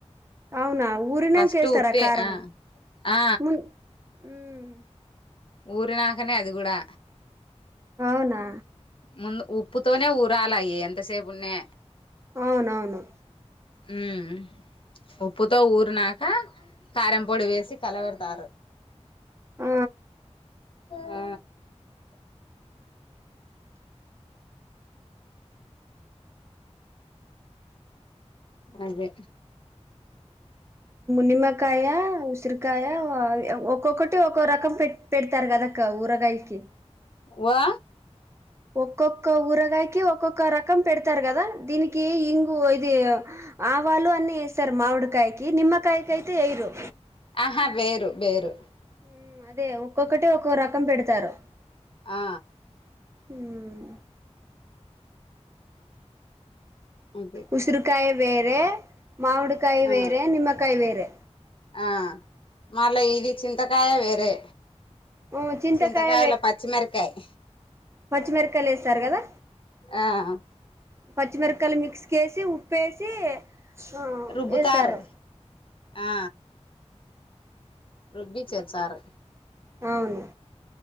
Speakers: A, on the right (about 25°); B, on the left (about 50°).
A: అవునా ఊరినంక
B: ఫస్ట్
A: వేస్తారా
B: ఉప్పే
A: కారము
B: ఆ ఆ
A: మున్ ఉమ్
B: ఊరి నాకనే అది కూడా
A: అవునా
B: ముందు ఉప్పుతోనే ఊరాల అయి ఎంతసేపు ఉన్నా
A: అవునవును
B: వుమ్ ఉప్పుతో ఊరు నాక ఆ కారం పొడి వేసి కలబెడతారు
A: ఆ
B: ఆ అదే
A: నిమ్మకాయ ఉసిరికాయ ఒక్కొక్కటి ఒక్కో రకం పెట్ పెడతారు గద అక్క ఊరగాయకి
B: వా
A: ఒక్కొక్క ఊరగాయకి ఒక్కొక్క రకం పెడతారు కదా దీనికి ఇంగు ఇది ఆవాలు అన్ని వేస్తారు మావిడికాయకి నిమ్మ కాయకితే వేయరు
B: ఆహా వేరు వేరు
A: ఉం అదే ఒక్కొక్కటి ఒక్కొ రకం పెడతారు
B: ఆ
A: ఉమ్,
B: అంతే
A: ఉసురుకాయ వేర మామిడికాయ
B: ఆ
A: వేరే నిమ్మ కాయ వేరే
B: ఆ మళ్ల ఇది చింతకాయ వేరే
A: ఉమ్, చింతకాయ
B: చింతకాయిలా పచ్చిమిరకాయ్
A: పచ్చిమిరకాయిల్ ఎసారు గదా
B: ఆ
A: పచ్చిమిరప్కాయలు మిక్స్కేసి ఉప్పేసి ఆ
B: రుబ్బుతారు
A: వేస్తారు
B: ఆ రుబ్బి చేచ్చారు
A: అవును